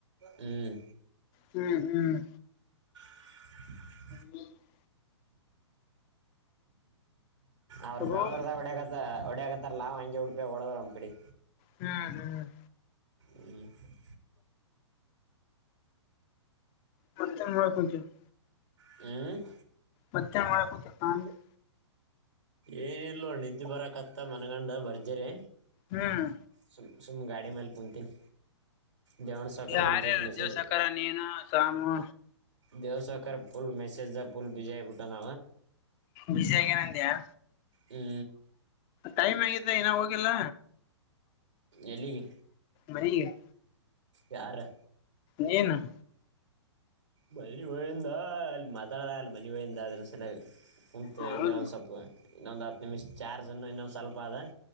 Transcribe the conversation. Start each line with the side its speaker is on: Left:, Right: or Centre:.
Right: ಹ್ಮ್
Left: ಹ್ಮ್, ಹ್ಮ್-
Right: <unintelligible>
Left: ಹ್ಮ್ <inaudible>
Right: ಅವ್ರ ಬೆಂಗ್ಳೂರ್ದಾಗ
Left: ರೂಮ್
Right: ಹೊಡಕತ್ತ, ಹೊಡಕತ್ತಾರಲ್ಲ ಹಂಗೆ ಉಡ್ಪೇಗ ಹೊಡದಬಿಡಮ್ ತಡಿ.
Left: ಹ್ಮ್ ಹ್ಮ <unintelligible>
Right: ಈ್ಮ <unintelligible>
Left: ಮತ್ತ ಮಾಡ ಕೊತ <unintelligible>
Right: ಹ್ಮ್,
Left: ಮಧ್ಯಾಹ್ನ ಮಾಡಕ್ಕಂತೆ <unintelligible>
Right: ಏನಿಲ್ಲೋಡ ನಿದ್ದೆ ಬರಕತ್ತ ಮನ್ಗಂಡ, ಭರ್ಜರಿ
Left: ಹ್ಮ್
Right: ಸ ಸುಮ ಗಾಡಿ ಮಾಗಲ ಕುಂತಿ ನಿ. ಧ್ಯಾನ್ ಸ ಕೋಡ
Left: ಯಾರ್ಯಾರು
Right: ವಿಗತ ಮೇಸ
Left: ದೇವ್
Right: <unintelligible>
Left: ಸಾಕಾರ ನೀನು ಸಾಮು
Right: ದೇವುಸಾವುಕರ ಪುಲ್ ಮೆಸೇಜ್ಗದಾ ಪುಲ್ ಬಿಜಿಯಾಗಿ ಬಿಟ್ಟಾನ.
Left: ಬಿಸಿ ಆಗ್ಯಾನ ಅಂದ್ಯಾ
Right: ಹ್ಞೂ
Left: ಟೈಮ್ ಆಗಿದೆ ಇನ್ನಾ ಹೋಗಿಲ್ಲ.
Right: ಎಲ್ಲಿಗಿ
Left: ಮರ <unintelligible>
Right: ಯಾರ
Left: ನೀನು-
Right: ಮಣಿ ಒಾಯಂದಾಲ್ಲಿ <unintelligible> ಮನಿಗಿಹೋಗಿಂದಾ ಅಗಲ್ಲ ಮತಾಡದ ಹಾಗಲ್ಲ ಆದರೆ ಸಂಬಂದ ಕುಂತು
Left: ಹೌದು
Right: ಇಲ್ಲೇ ಒಂದು ಸ್ವಲ್ಪ ಇನ್ನೊಂದು ಹತ್ತು ನಿಮಿಷ. ಚಾರ್ಜನ್ನು ಇನ್ನೊಂದು ಸ್ವಲ್ಪ ಅದ-